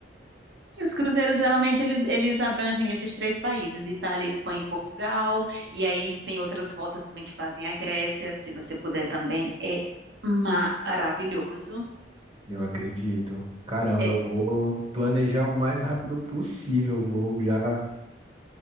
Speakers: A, on the right; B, on the right.
A: E Os cruzeiros geralmente eles, eles abrangem esses três países, Itália, Espanha e Portugal, e aí tem outras rotas também que fazem a Grécia, se você puder também, é maravilhoso.
B: Eu acredito. Caramba,
A: É,
B: eu vou planejar o mais rápido possível. Vou já.